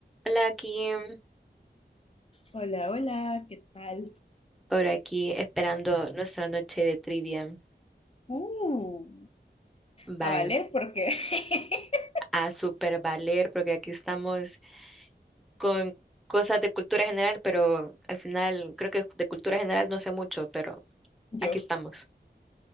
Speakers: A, in the centre; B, on the left (about 35°).
A: Hola, aquí em,
B: Hola, hola, ¿qué tal?
A: por aquí esperando nuestra noche de trivia.
B: Uh, a
A: Va
B: valer porque <laughs>
A: a super valer porque aquí estamos con cosas de cultura general, pero al final creo que de cultura general no sé mucho, pero
B: yo
A: aquí estamos.